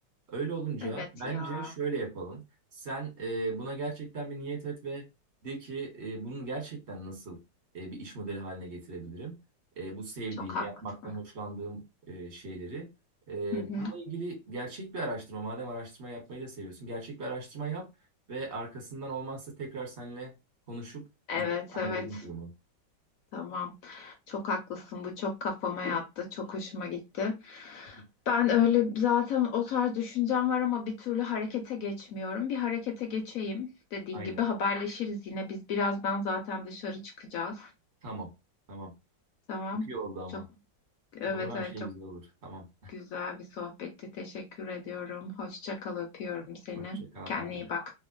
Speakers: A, on the right; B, on the left.
A: Öyle olunca
B: Evet
A: bence
B: ya
A: şöyle yapalım. Sen e, buna gerçekten bir niyet et ve de ki e, bunu gerçekten nasıl e, bir iş modeli haline getirebilirim? E, bu sevdiğim,
B: çok haklısın.
A: yapmaktan hoşlandığım e, şeyleri. Ee,
B: Hı hı.
A: bununla ilgili gerçek bir araştırma, madem araştırma yapmayı da seviyorsun, gerçek bir araştırma yap ve arkasından olmazsa tekrar seninle konuşup
B: Evet
A: bir değerlendirelim
B: evet
A: durumu.
B: tamam çok haklısın bu çok kafama yattı çok hoşuma gitti.
A: Hı
B: Ben öyle zaten o tarz düşüncem var ama bir türlü harekete geçmiyorum. Bir harekete geçeyim dediğin
A: Aynen.
B: gibi haberleşiriz yine biz birazdan zaten dışarı çıkacağız.
A: Tamam. Tamam.
B: Tamam.
A: Çok iyi oldu ama.
B: Çok evet
A: Umarım her
B: evet
A: şey
B: çok
A: güzel olur. Tamam.
B: Güzel bir sohbetti. Teşekkür ediyorum. Hoşça kal, öpüyorum seni.
A: Hoşça kal.
B: Kendine
A: Bay bay.
B: iyi bak.